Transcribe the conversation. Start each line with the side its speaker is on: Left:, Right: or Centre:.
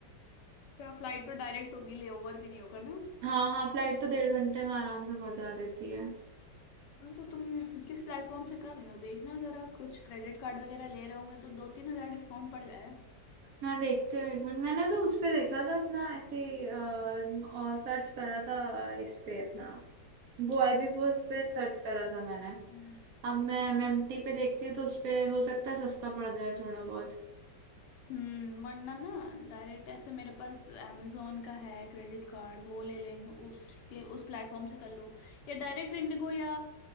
Left: अच्छा फ्लाइट तो डायरेक्ट होगी लेओवर भी नहीं होगा ना
Right: हाँ हाँ फ्लाइट तो डेढ़ घंटे में आराम से पहुंचा देती है
Left: हाँ तो तुम किस प्लेटफॉर्म से कर रही हो देखना जरा कुछ क्रेडिट कार्ड वगैरह ले रहे होंगे तो दो तीन हजार डिस्काउंट पड़ जाए
Right: मैं देखती हूँ एक मिनट मैंने तो उस पे देखा था अपना ऐसे ही, अ, और सर्च करा था अ, इस पे अपना गोआईबीबो पे सर्च करा था मैंने
Left: हम्म।
Right: अब मैं मेम्टी पे देखती हूँ तो उस पे हो सकता है सस्ता पड़ जाए थोड़ा बहुत
Left: हम्म वरना ना डायरेक्ट ऐसे मेरे पास amazon का है क्रेडिट कार्ड वो ले लेंगे उसके उस प्लेटफॉर्म से कर लो या डायरेक्ट इंडिगो या